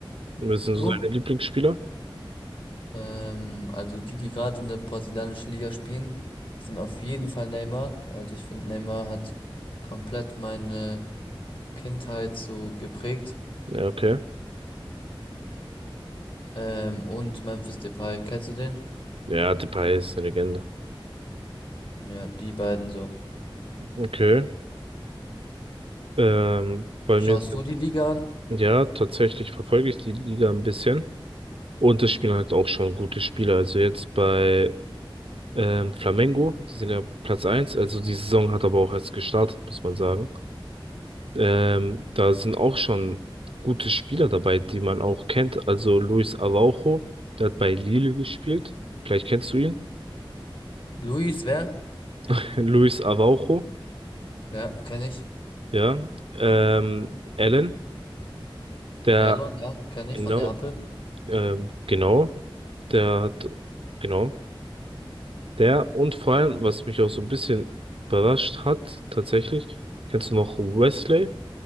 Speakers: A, on the right (about 85°); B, on the left (about 65°).
A: Wer sind
B: Du?
A: so deine Lieblingsspieler?
B: Ähm, also die, die gerade in der brasilianischen Liga spielen, sind auf jeden Fall Neymar. Also ich finde, Neymar hat komplett meine Kindheit so geprägt.
A: Ja, okay.
B: Ähm, und Memphis Depay, kennst du den?
A: Ja, Depay ist eine Legende.
B: Ja, die beiden so.
A: Okay. Ähm, bei
B: Schaust
A: mir sind,
B: du die Liga an?
A: ja, tatsächlich verfolge ich die Liga ein bisschen. Und es spielen halt auch schon gute Spieler. Also jetzt bei ähm, Flamengo, die sind ja Platz eins. Also die Saison hat aber auch erst gestartet, muss man sagen. Ähm, da sind auch schon gute Spieler dabei, die man auch kennt. Also Luis Araujo, der hat bei Lille gespielt. Vielleicht kennst du ihn.
B: Luis, wer?
A: <laughs> Luis Araujo,
B: Ja, kenne ich.
A: ja. Ähm, Allen, der,
B: Erlon, ja, kenne ich
A: genau,
B: von Neapel.
A: ähm, genau, der hat, genau, der und vor allem, was mich auch so ein bisschen überrascht hat, tatsächlich, kennst du noch Wesley?